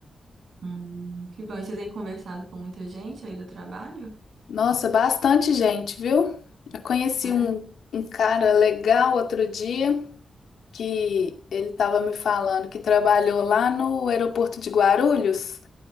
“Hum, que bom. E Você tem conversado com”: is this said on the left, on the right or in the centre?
Right